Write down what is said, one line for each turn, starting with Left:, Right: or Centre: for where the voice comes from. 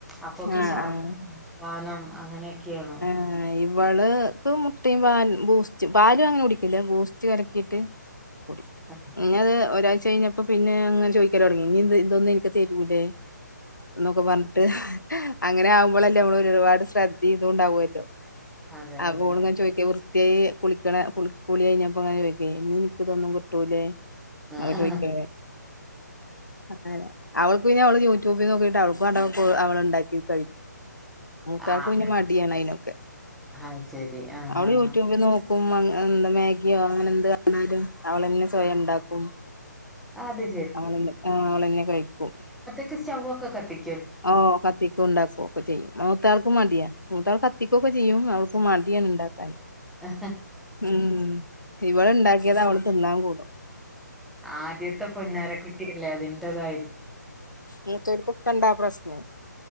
Centre: അപ്പോക്കെ
Left: ആ
Centre: ശർദാനം
Left: ആ
Centre: അങ്ങനെയൊക്കെയാണ്
Left: ആഹ് ഇവള്ക്ക് മുട്ടയും പാ ബൂസ്റ്റ് പാലും അങ്ങനെ കുടിക്ക്ല്ലേ ബൂസ്റ്റ് കലക്കിയിട്ട് കുടി
Centre: അഹ്
Left: ഇനി അത് ഒരാഴ്ച കഴിഞ്ഞപ്പോ പിന്നെ അങ്ങനെ ചോയ്ക്കലൊട്ങ്ങി ഇനി ഇത് ഇതൊന്നും എനിക്ക് തരൂലേ ന്നൊക്കെ പർഞ്ഞിട്ട് അങ്ങനെ ആവുമ്പളല്ലേ നമ്മള് ഒരുപാട് ശ്രദ്ധി ഇതു ഉണ്ടാവല്ലോ
Centre: അതെ
Left: അപ്പോ
Centre: അതെ
Left: ഓള്ങ്ങനെ ചോയ്ക്കാ കൃത്യായി കുളിക്കണ കുളി കുളിയയ്ഞ്ഞപ്പങ്ങനെ വയ്ക്ക ഇനി എനിക്കിതൊന്നും കിട്ടൂലേ
Centre: ആഹ്
Left: നക്കെ ചോദിക്ക അല്ലെ അവക്ക് പിന്നെ അവള് യൂട്യൂബിൽ നോക്കിയിട്ട് അവൾക്ക് വേണ്ടേ അവക്ക് അവള് ഉണ്ടാക്കി കഴിക്കും മൂത്താൾക്ക്
Centre: ആഹ്
Left: പിന്നെ മടിയാണ് അയിനൊക്കെ
Centre: അത് ശരി ആഹ്
Left: അവള്
Centre: ആഹ്
Left: യൂട്യൂബില് നോ ക്കും എന്താ മാഗിയോ അങ്ങനെ എന്ത് വേണലും അവളന്നെ സ്വയം ഉണ്ടാക്കും
Centre: അതെ
Left: അവളെ ആഹ് അവളെന്നെ കഴിക്കും
Centre: ഒറ്റയ്ക്ക് സ്റ്റോവ് ഒക്കെ കത്തി
Left: ഓഹ് കാത്തി ഉണ്ടാക്കുക ഒക്കെ ചെയ്യും മൂത്താൾക്ക് മടിയ മൂത്താൾക്ക് കത്തിക്കുവൊക്കെ ചെയ്യും അവൾക്ക് മടിയാണ് ഉണ്ടാക്കാൻ
Centre: ആ
Left: ഉം ഇവള് ഉണ്ടാക്കിയത് അവള് തിന്നാൻ കൂടും
Centre: ആദ്യത്തെ പൊന്നാരക്കുട്ടിയല്ലേ അതിന്റാതായിരിക്കും
Left: മുത്തവര്ക്കൊക്കാ ഉണ്ട ആ പ്രശ്നം